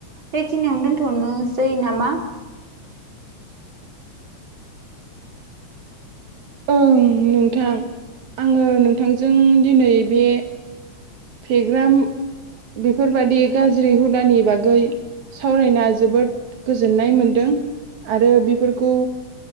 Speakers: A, on the right (about 40°); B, on the right (about 70°).
A: बेखिनियावनो दोनथ'नोसै नामा?
B: ओं नोंथां आङो नोंथांजों दिनै बे फेग्राम बेफोरबादि गाज्रि हुदानि बागै सावरायना जोबोद गोजोननाय मोनदों आरो बेफोरखौ